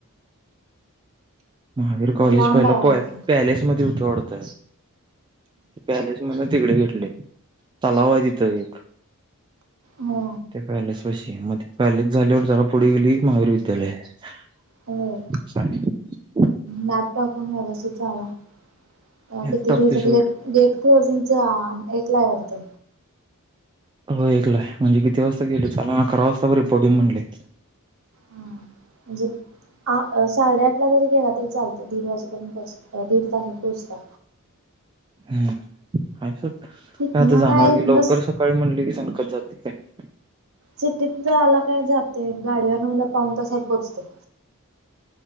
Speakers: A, on the right; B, on the right.
A: महावीर कॉलेज
B: लांब
A: पहिला
B: आहे
A: पॉय
B: म्हणजे
A: पॅलेस मध्ये होत. तोडत. पॅलेस म्हण तिकडे घेतलंय. तलाव आहे तिथं एक
B: हो.
A: त्या पॅलेस पाशी मध्ये पॅलेस झाल्यावर जरा पुढे गेलीस महावीर विद्यालय आहे.
B: हो
A: <unintelligible>
B: मॅप टाकून व्यवस्थित जावा
A: लॅपटॉप
B: किती दिवस
A: एपिसोड
B: ग्लेट गेट क्लोजिंग च आ ऐकलाय वाटतं?
A: हो एकला होय म्हणजे किती वाजता गेलो चाललं अकरा वाजता पर्यंत रिपोर्टिंग म्हंटलंय.
B: हा म्हणजे आ अस साडेआठला जरी गेला तरी चालतं दीड वाजेपर्यंत पोहोच अ दीड तासात पोहोचता.
A: हम्म. नाही सोड काय
B: हितन
A: आता जाणार
B: काय हितन
A: की लवकर सकाळी म्हणली की सका बस जातय काय?
B: सिटीत जायला काय जातंय गाडीवरन म्हंटल की पाऊन तासात पोहोचतंय.